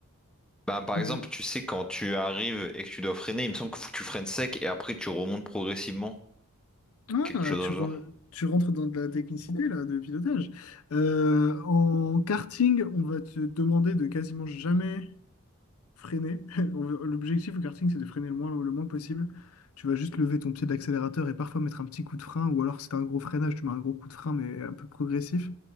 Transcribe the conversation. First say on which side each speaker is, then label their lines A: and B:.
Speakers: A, in the centre; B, on the left.
A: Bah, par
B: Euh,
A: exemple, tu sais, quand tu arrives et que tu dois freiner, il me semble que faut que tu freines sec et après tu remontes progressivement,
B: ah,
A: quelque chose
B: tu,
A: dans le
B: re-
A: genre.
B: tu rentres dans de la technicité là, de pilotage. Euh, en karting, on va te demander de quasiment jamais freiner. <laughs> L'objectif au karting, c'est de freiner le moins, le moins possible. Tu vas juste lever ton pied d'accélérateur et parfois mettre un petit coup de frein, ou alors si t'as un gros freinage, tu mets un gros coup de frein, mais un peu progressif.